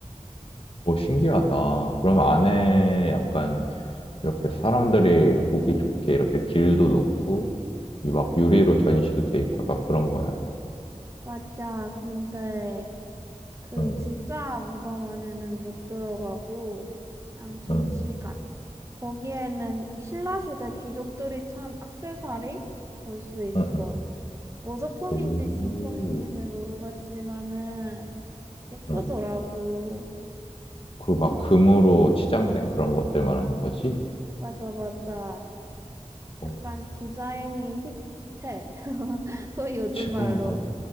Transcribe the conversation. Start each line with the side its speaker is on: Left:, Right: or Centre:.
Left: 오, 신기하다. 그럼 안에 약간 이렇게 사람들이 보기 좋게 이렇게 길도 놓고 이 막 유리로 전시도 돼 있고 약간 그런 거야.
Right: 맞아, 근데 그
Left: 응,
Right: 진짜 무덤 안에는 못 들어가고, 그냥 정시관.
Left: 응,
Right: 거기에는 신라시대 귀족들이 찬 액세서리 볼 수 있어.
Left: 응, 응.
Right: 모조품인지
Left: 오,
Right: 진품인지는 모르겠지만은 예쁘더라고.
Left: 응. 그 막 금으로 치장된 그런 것들 말하는 거지?
Right: 맞아, 맞아.
Left: 어,
Right: 약간 디자인이 힙해. <laughs> 소위 요즘
Left: 지금
Right: 말로.
Left: 봐.